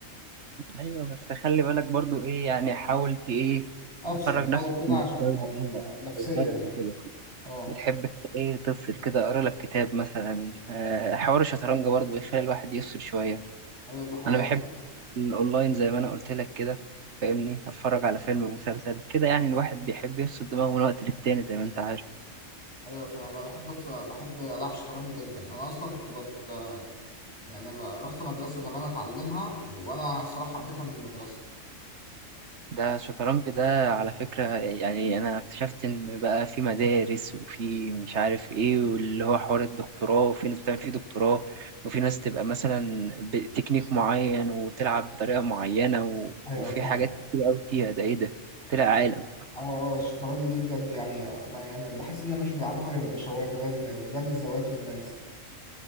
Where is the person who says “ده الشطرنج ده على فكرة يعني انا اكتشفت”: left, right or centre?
Right